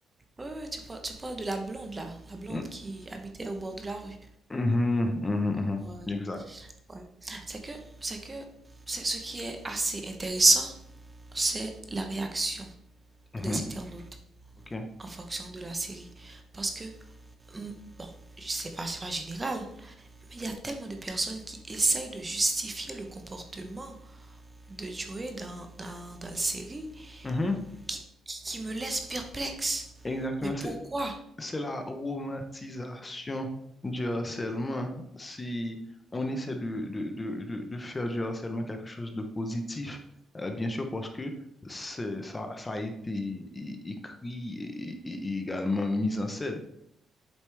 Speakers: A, on the right; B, on the left.
A: Oui, oui, tu parles, tu parles de la blonde là, la blonde
B: Mm.
A: qui habitait au bord de la rue.
B: Mhm, mhm, mhm.
A: Ouais,
B: Exact.
A: ouais. C'est que, c'est que, c'est ce qui est assez intéressant, c'est la réaction.
B: Mhm.
A: des internautes
B: OK.
A: en fonction de la série. Parce que, hum, bon, c'est pas, c'est pas général, mais il y a tellement de personnes qui essayent de justifier le comportement de Joey dans, dans, dans la série
B: Mhm.
A: qui, qui, qui me laisse perplexe.
B: Exactement.
A: Mais pourquoi
B: C'est, c'est la romantisation du harcèlement. Si on essaie de, de, de, de, de faire du harcèlement quelque chose de positif, euh, bien sûr, parce que c'est, ça, ça a été é- écrit et, et- et également mis en scène.